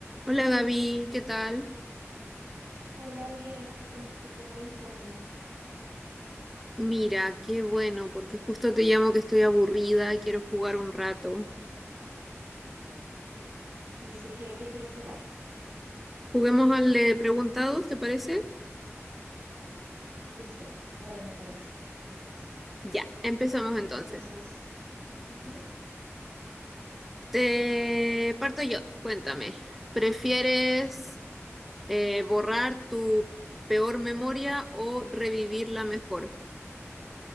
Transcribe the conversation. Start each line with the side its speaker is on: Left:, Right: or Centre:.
Centre: Hola Gaby, ¿qué tal?
Right: Hola, bien, aquí con un poquito de insomnio.
Centre: Mira, qué bueno, porque justo te llamo que estoy aburrida y quiero jugar un rato.
Right: Listo, ¿y qué, qué quieres jugar?
Centre: Juguemos al de preguntados, ¿te parece?
Right: Listo, dale, me parece. Listo, listo.
Centre: Ya, empezamos entonces.
Right: Entonces, ujú.
Centre: Te parto yo, cuéntame. ¿Prefieres eh, borrar tu peor memoria o revivir la mejor?